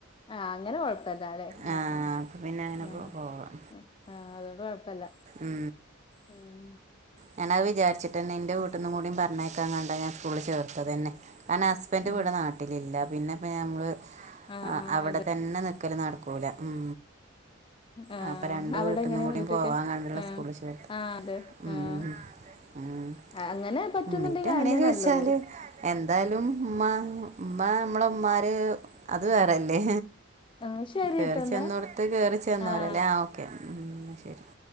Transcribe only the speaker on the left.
ആഹ് അങ്ങനെ കൊഴപ്പില്ലാലേ
ആഹ് ആഹ്
ആഹ്
ആ.. ആഹ് അതോണ്ട് കൊഴപ്പല്ല
ഉം
ആഹ്
ആഹ് ആഹ്
അതെ
ആഹ്
അവിടെ
എങ്ങനെ
വീട്ടൊക്കെ
ആഹ്
ആഹ് അതെ
ആഹ്
അങ്ങനെ പറ്റുന്നുണ്ടെങ്കി
അയന്നെ
നല്ലത്
ആഹ് ശരിട്ടോ
എന്നാ
ആഹ്